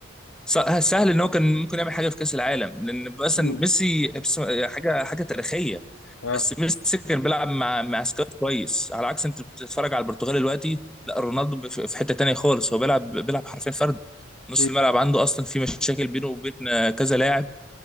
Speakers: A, in the centre; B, on the left (about 80°).
A: س- آه، سهل ان هو كان ممكن يعمل حاجه في كاس العالم لان مثلا
B: مم.
A: ميسي بس- حاجه حاجه تاريخيه
B: اه
A: بس ميسي كان بيلعب مع مع سكواد كويس على عكس انت بتتفرج على البرتغال دلوقتي لا رونالدو ب- في في حته تانيه خالص هو بيلعب بيلعب حرفيا فرد نص
B: مم.
A: الملعب عنده اصلا في مشاكل بينه وبين آه، كذا لاعب